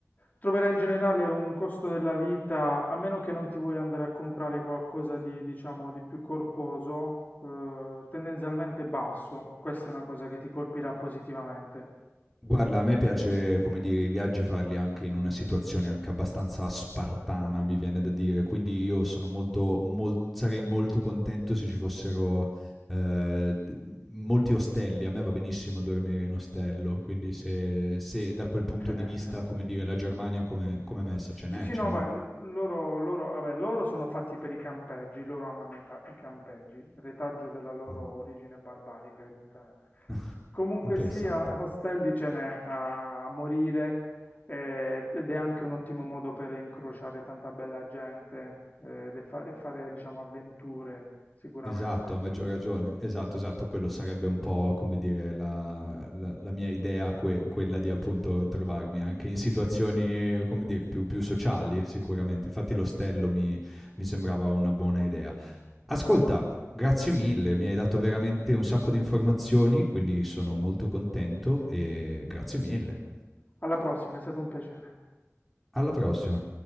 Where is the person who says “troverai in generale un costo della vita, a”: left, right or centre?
Left